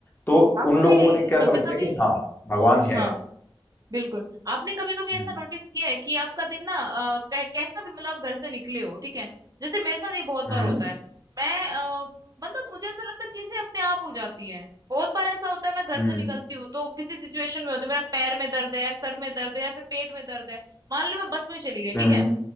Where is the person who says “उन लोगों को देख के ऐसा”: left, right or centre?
Left